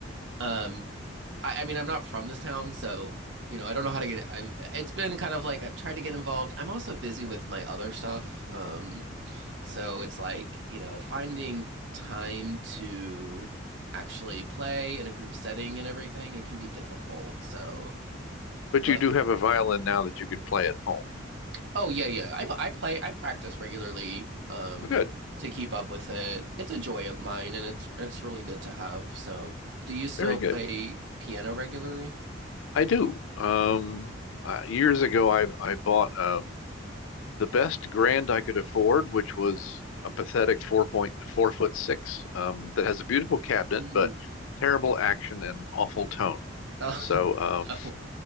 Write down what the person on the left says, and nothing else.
But
you do have a violin now that you could play at home.
Oh, good,
very
good.
I do. Um, uh, years ago, I I bought um the best grand I could afford, which was a pathetic four point four foot six um, that has a beautiful cabinet
but terrible action and awful tone.
So um,